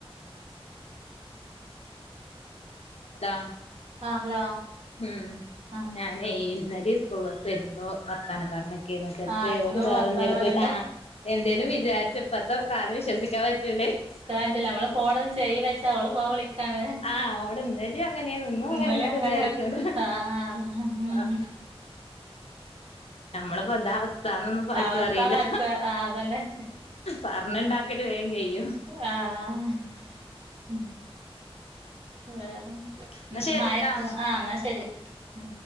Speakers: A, on the left (about 80°); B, on the right (about 70°).
A: എടാ
B: ആഹ് ഹലോ
A: ഉം
B: ആഹ്
A: ഞാൻ ഇപ്പൊ വൈന്നേരം സ്കൂൾ ബസ്സ് വരുമ്പോ വർത്താനം പറഞ്ഞ ഇരിക്കെന് ചെലപ്പേ
B: ആഹ് ഇന്നും
A: ഓരെ വേറെ
B: വർത്താനം
A: എന്തേലുമൊക്കെ
B: പറയണ്ട
A: ആ എന്തേലും വിചാരിച്ച ഇപ്പത്തെ കാലം വിശ്വസിക്കാൻ പറ്റൂലേ
B: കേന്ട്ടില്ല നമ്മള് ഫോണൊന്നും ചെവിയിൽ വെച്ച അവള് ഫോൺ വിളിക്കുമ്പോ കാണല
A: ആഹ് ഓള് ഇന്നലിം അങ്ങനെന്നു ഇന്നും
B: ഇന്നലെ
A: അങ്ങനെന്നൊക്കെ
B: അങ്ങനെ
A: വിചാരിക്കോലോ
B: ആഹ് ഉം
A: ആഹ് നമ്മളിപ്പോന്തവസ് വസ്ഥന്നൊന്നും പ്പാർക്കും
B: അവസ്ഥാന്നാർക്കും
A: അറിയില്ല
B: ആഹ് അതന്നെ
A: പറഞ്ഞണ്ടാക്കിട്ട് വേഗം കയിയും
B: ആഹ് വേറെ
A: എന്നാ
B: ഉം
A: ശരിട്ടാ
B: മയക്കെ ആഹ് എന്നാ ശരി ഉം